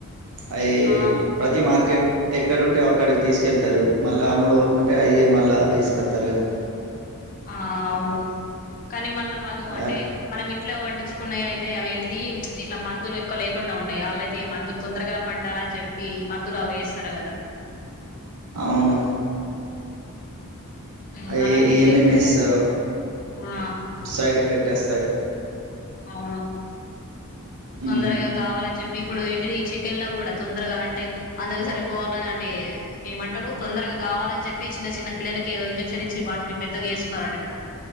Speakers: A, on the right (about 80°); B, on the left (about 40°).
A: అయి
B: ఆ
A: ప్రతి మార్కెట్ ఎక్కడంటే అక్కడికి తీసుకెళ్తారు మళ్ళా అమ్ముడు ఒకంటే అయే మళ్ళా తీసుకొత్తరు కదా
B: ఆ అవును కానీ మళ్ళ వాళ్ళు అంటే
A: ఆ,
B: మనం ఇంట్లో వండించుకున్నాయి అయితే అవే తిరీం ఇట్లా మందులు ఎక్కువ లేకుండా ఉంటాయి వాళ్ళయితే మందులు తొందరగా పండాలని చెప్పి మందులు అవి వేస్తరు కదా
A: అవును
B: ఉమ్,
A: అయి
B: అలాంటివి
A: ఏం
B: తింటే
A: ఏం ఏస్తరో
B: ఆ
A: సైడ్ ఎఫెక్ట్ వస్తాయి
B: అవును
A: ఉమ్,
B: తొందరగా కావాలని చెప్పి ఇప్పుడు ఏంటిది చికెన్ లో కూడా తొందరగా అంటే అందరికి సరిపోవాలని అంటే ఏమంటరు తొందరగా కావాలని చెప్పి చిన్న చిన్న పిల్లలకి ఏదో ఇంజెక్షన్ ఇచ్చి వాటిని పెద్దగా చేస్తున్నారట కదా